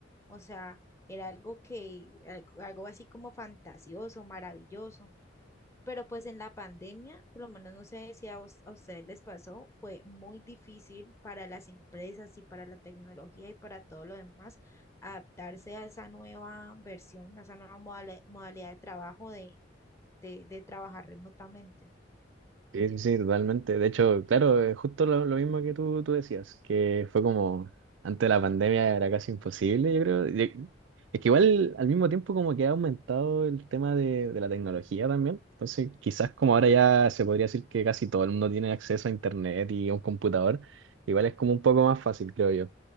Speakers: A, on the left (about 15°); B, on the right (about 75°).
A: O sea, era algo que, algo, algo así como fantasioso, maravilloso. Pero pues en la pandemia, por lo menos no sé si a, us- a ustedes les pasó, fue muy difícil para las empresas y para la tecnología y para todo lo demás adaptarse a esa nueva versión, a esa nueva modale- modalidad de trabajo de, de, de trabajar remotamente.
B: Sí, sí, sí, totalmente. De hecho, claro, eh, justo lo, lo mismo que tú, tú decías, que fue como antes de la pandemia era casi imposible, yo creo. Y- e, Es que igual al mismo tiempo como que ha aumentado el tema de, de la tecnología también. Entonces, quizás como ahora ya se podría decir que casi todo el mundo tiene acceso a internet y a un computador, igual es como un poco más fácil, creo yo.